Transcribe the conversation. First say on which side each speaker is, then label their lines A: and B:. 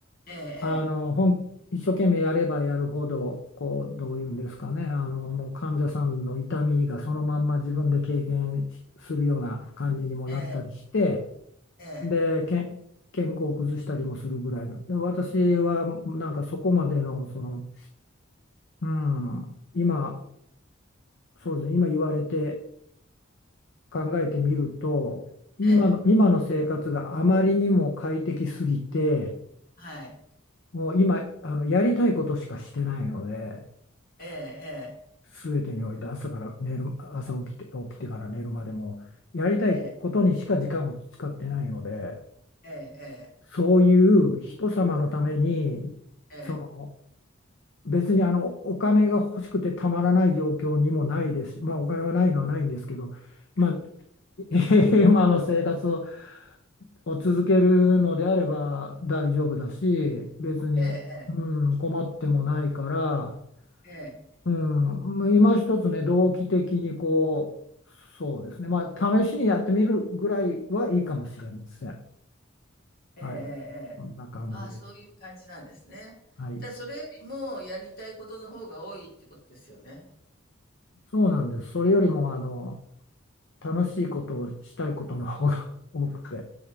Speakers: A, on the left; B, on the left.
A: ええ
B: あの、本一生懸命やればやるほど、こう、どういうんですかね、あの、もう患者さんの痛みがそのまんま自分で経験しするような感じにもなったりして、
A: ええ、ええええ、
B: で、け健康を崩したりもするぐらいの。で、私はなんかそこまでの、その、うん、今、そうですね、今言われて考えてみると、今の、
A: ええ、ええ、
B: 今の生活があまりにも快適すぎて、
A: はい。
B: もう今、あの、やりたいことしかしてないので、
A: ええ
B: 全てにおいて朝から寝る、朝起きて、起きてから寝るまでも、やりたいことにしか時間を使ってないので、
A: ええ、ええ、ええ、ええ、
B: そういう人様のために、
A: いいですね。ええ、
B: その、別にあの、お金が欲しくてたまらない状況にもないですし、まあお金はないのはないんですけど、まあ、<laughs> 今の生活を、を続けるのであれば大丈夫だし、別に、
A: ええ、
B: うん、困ってもないから、
A: ええ、
B: うん、まあ今一つね、動機的にこう、そうですね、まあ、試しにやってみるぐらいはいいかもしれません。
A: ええ、
B: はい、
A: ええ、ええ。
B: こんな感じで。
A: あ、そういう感じなんですね。
B: はい、
A: じそれよりもやりたいことの方が多いってことですよね。
B: そうなんです。それよりも、あの、楽しいことをしたいことの方が多くて。